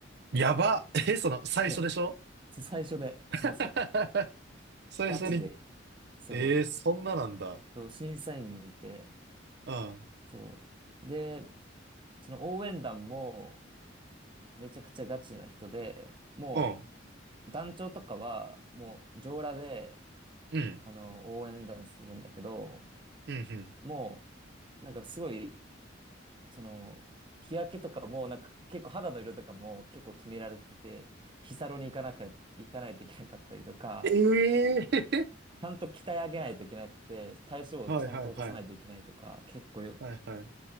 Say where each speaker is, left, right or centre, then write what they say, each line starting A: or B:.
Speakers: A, on the right (about 60°); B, on the right (about 25°).
A: やば。<laughs> え、その、最初でしょ
B: そう、そう最初で、
A: <laughs>
B: まず、
A: 最初に。
B: ガチで、そう、
A: えー、そんななんだ。
B: そう審査員もいて、
A: うん。
B: そう。で、その応援団もめちゃくちゃガチな人で、も
A: うん。
B: う団長とかはもう上裸で、
A: うん。
B: あの、応援団するんだけど、
A: うん。うん
B: もう、なんかすごい、その、日焼けとかも、なんか結構肌の色とかも結構決められてて、日サロに行かなきゃ、行かないといけなかったりとか、
A: ええー。
B: ちゃんと鍛え上げないといけなくて、体脂肪をちゃんと落とさないといけないとか、
A: <laughs> はいはいはい。
B: 結構よ
A: はいはい。